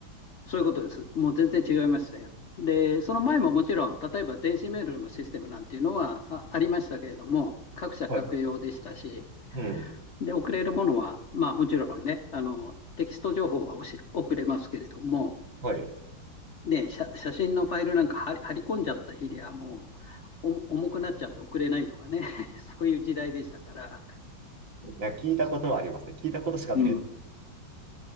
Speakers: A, on the left; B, on the right.
A: そういうことです。もう全然違いましたよ。で、その前ももちろん、例えば電子メールのシステムなんていうのはあ、ありましたけれども、各社各用でしたし、
B: はい。うん。
A: で、送れるものは、まあもちろんね、あの、テキスト情報はおし送れますけれども、
B: はい。
A: ね、写、写真のファイルなんか貼り、貼り込んじゃった日にはもうお重くなっちゃって送れないとかね、<laughs> そういう時代でしたから。
B: なんか聞いたことはありますね。聞いたことしかない。
A: うん。